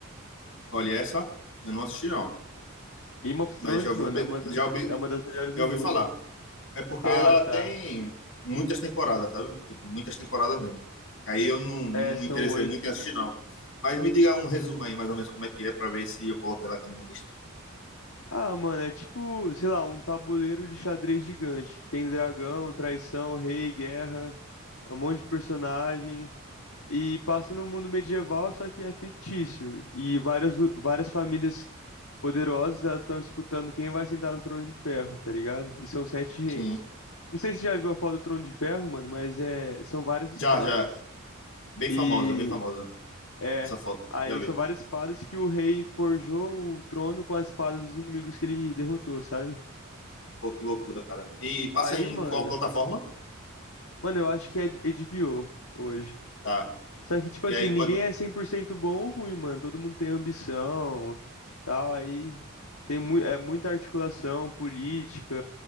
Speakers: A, on the left (about 65°); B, on the left (about 85°).
A: Olha essa, eu não assisti não,
B: Game of Thrones,
A: mas já ouvi
B: mano, é uma da-
A: já ouvi,
B: é uma das melhores
A: já
B: do
A: ouvi
B: mundo.
A: falar. É porque
B: Ah,
A: ela
B: tá.
A: tem muitas temporadas, sabe? Tipo, muitas temporadas mesmo. Aí eu não,
B: É,
A: não me
B: são
A: interessei
B: oito.
A: muito em assistir, não. Mas me diga um resumo aí, mais ou menos, como é que é, pra ver se eu coloco ela aqui na minha lista.
B: Ah, mano, é tipo, sei lá, um tabuleiro de xadrez gigante, que tem dragão, traição, rei, guerra, um monte de personagem. E passa num mundo medieval, só que é fictício. E várias, várias famílias poderosas, elas estão disputando quem vai sentar no trono de ferro, tá ligado? E são sete reinos.
A: Sim.
B: Não sei se você já viu a foto do trono de ferro, mano, mas é, são várias espadas.
A: Já, já. Bem
B: E
A: famosa, bem famosa.
B: é,
A: Essa foto.
B: aí
A: Já vi.
B: são várias espadas que o rei forjou o trono com as espadas dos inimigos que ele derrotou, sabe?
A: Pô, que loucura, cara. E passa
B: Aí,
A: em
B: mano,
A: qual plataforma?
B: mano, eu acho que é HBO hoje.
A: Tá.
B: Só que, tipo
A: E
B: assim,
A: aí pode.
B: ninguém é 100% bom ou ruim, mano. Todo mundo tem ambição, tal. Aí tem mu é muita articulação política,